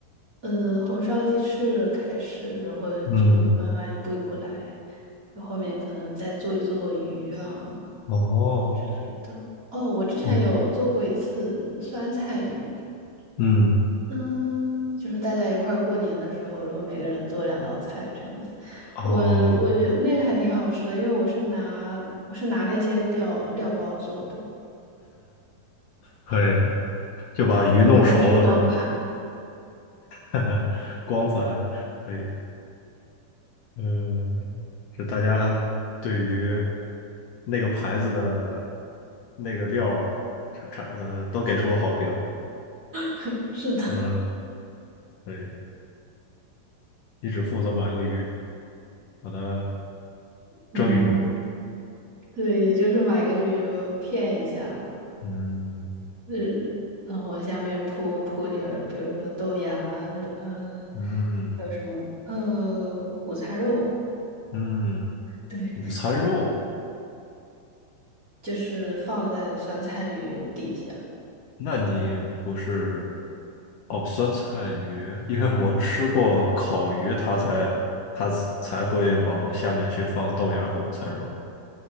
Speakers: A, on the right; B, on the left.
A: 呃，红烧鸡翅开始，然后就慢慢一步一步来，
B: 嗯，
A: 然后后面可能再做一做鱼啊
B: 哦，
A: 之类的。哦，我之前有做过一次酸菜鱼，
B: 也，嗯。
A: 嗯，就是大家一块儿过年的时候，然后每个人做两道菜这样子。
B: 哦，
A: 我我觉得那个还挺好吃的，因为我是拿我是拿了一些料料包做的。
B: 可以，就把鱼弄熟了是吧？
A: 然后又是光盘。
B: <laughs> 光盘可以，嗯，就大家对于那个牌子的那个料儿产产呃都给出了好评，
A: <laughs> 是的，
B: 嗯，可以，你只负责把一个鱼把它
A: 嗯，
B: 蒸一蒸，
A: 对，也就是买个鱼，肉片一下，
B: 嗯
A: 呃，然后下面铺铺点儿，比如说豆芽啊，呃，
B: 嗯
A: 还有什么，呃，午餐肉，
B: 嗯，
A: 对，
B: 午餐肉。
A: 就是放在酸菜鱼底下。
B: 那你不是哦，酸菜鱼，因为我吃过烤鱼，它才它才会往下面去放豆芽和午餐肉。